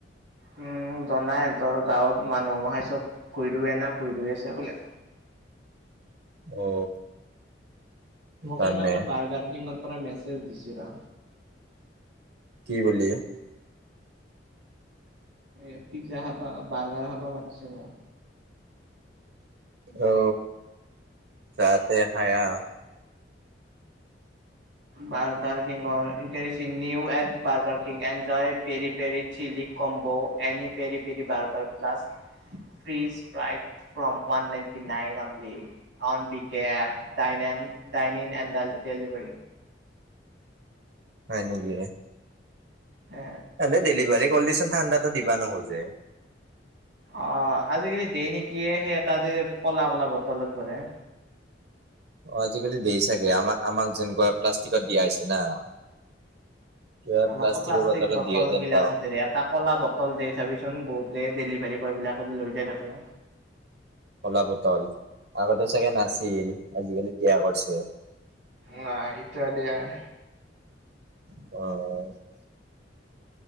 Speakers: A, on the right; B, on the right.
A: উম জানাই তৰ গাঁৱৰ মানুহ মহাই চব কুৰি ৰুৱে না ফুৰি ধুই আছে বোলে।
B: অ। সেইকাৰণে
A: মোক এইমাত্ৰ বাৰ্গাকিঙৰ পৰা মেছেজ দিছে ৰ।
B: কি বুলি?
A: এ পিজ্জা খাবা বাৰ্গাৰ হাবা মাতছে মোক।
B: অ। যাতে হায়া।
A: বাৰ্গাৰ কিং অৰ কেৰিচিন্নিউ at burger king enjoy peri peri chilli. Combo any peri peri burger plus. Free স্প্ৰাই from one ninety nine only. On বি কেপ ডাইনেম ডাইনিন এণ্ড দা ডেলিভাৰী।
B: হয় নেকি?
A: এ।
B: এ ডেলিভাৰী কলদিচান ঠাণ্ডাটো দিবা নহ'ল।
A: অ আজিকালি দেৰি নেকি সেই এটা যে ক'লা কলা বটলত ভৰে।
B: অ আজিকালি দিয়ে চাগে আমাক আমাক যেনেকৈ প্লাষ্টিকত দিয়া হৈছে না। কিবা প্লাষ্টিকৰ
A: আমাকতো প্লাষ্টিক
B: বটলত
A: বটল
B: দিয়ে যেন
A: গিলাচ
B: পাওঁ
A: এতেৰে এটাক ক'লা বটল দে চাবিচোন বহুতে ডেলিভাৰী বয় বিলাকে লৈ যাই থাকে।
B: কলা বটল আগতে চাগে নাছিল আজিকালি দিয়া কৰিছে।
A: নাই ইত্যাদি আই
B: <unintelligible>